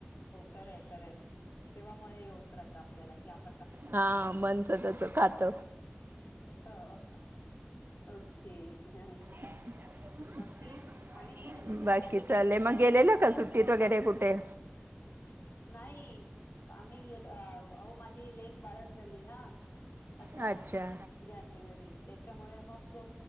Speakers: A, on the left; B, on the right.
A: खरय. खरंय. तेव्हा मग हे होत राहत आपल्याला की आप
B: हा मन स्वतःच खात.
A: हो. ओके. आणि
B: <unintelligible>
A: बाकी
B: बाकी?
A: आणि तुम्ही दुसरं
B: बाकी.
A: काय
B: चालू
A: घेतलंय
B: आहे. मग
A: करायला
B: गेलेलं का सुट्टीत वगैरे कुठे?
A: नाही. आम्ही गेलो. अ अहो माझी लेक बाळंत झाली ना. आता
B: अच्छा
A: जानेवारीत त्याच्यामुळे मग